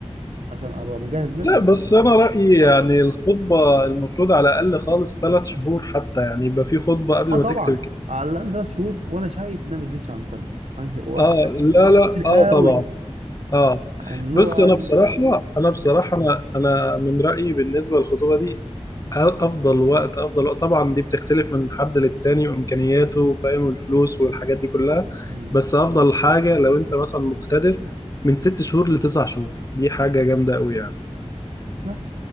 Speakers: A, on the right; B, on the left.
A: عشان ابقى مجهز
B: لا
A: نفسي
B: بس أنا رأيي
A: فاهم
B: يعني الخطبة المفروض على الأقل خالص ثلاث شهور حتى يعني يبقى في خطبة قبل
A: اه طبعا
B: ما تكتب الكتاب
A: على الاقل ثلاث شهور وانا شايف انها ما تزيدش عن سنة أنا شايف- واصلا
B: آه لا
A: سنة
B: لا
A: كتير
B: آه طبعا
A: قوي
B: آه
A: يعني اللي
B: بص
A: هو يعني
B: أنا بصراحة أنا بصراحة أنا أنا من رأيي بالنسبة للخطوبة دي أفضل وقت أفضل وقت طبعا دي بتختلف من حد للتاني وإمكانياته فاهم والفلوس والحاجات دي كلها
A: قول
B: بس أفضل حاجة لو أنت مثلا مقتدر من ست شهور لتسع شهور دي حاجة جامدة أوي يعني
A: بس